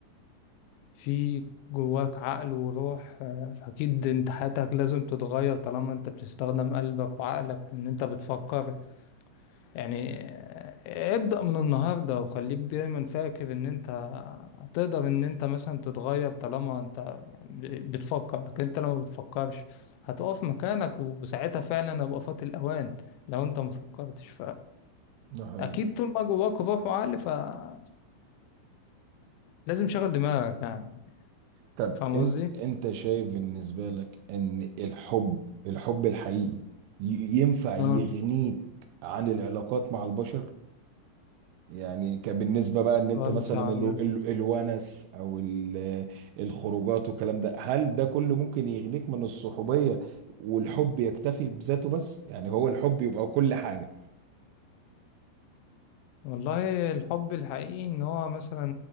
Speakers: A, on the left; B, on the right.
A: في جواك عقل وروح آه، فاكيد انت حياتك لازم تتغير طالما انت بتستخدم قلبك وعقلك ان انت بتفكر يعني آه، ابدأ من النهاردة وخليك دايما فاكر ان انت هتقدر ان انت مثلا تتغير طالما انت ب- بتفكر لكن انت لو ما بتفكرش هتقف مكانك وساعتها فعلا هيبقى فات الاوان لو انت ما فكرتش
B: ده حقيقي.
A: اكيد طول ما جواك روح وعقل فلازم شغل دماغك يعني
B: طب
A: فاهم
B: انت
A: قصدي
B: انت شايف بالنسبة لك ان الحب الحب الحقيقي ي- ينفع يغنيك
A: اه
B: عن العلاقات مع البشر يعني كبالنسبة بقى ان انت
A: سؤال
B: مثلا
A: صعب
B: ال-
A: ده.
B: ال- الونس او ال- الخروجات والكلام ده هل ده كله ممكن يغنيك من الصحوبية والحب يكتفي بذاته بس يعني هو الحب يبقى كل حاجة
A: والله الحب الحقيقي ان هو مثلا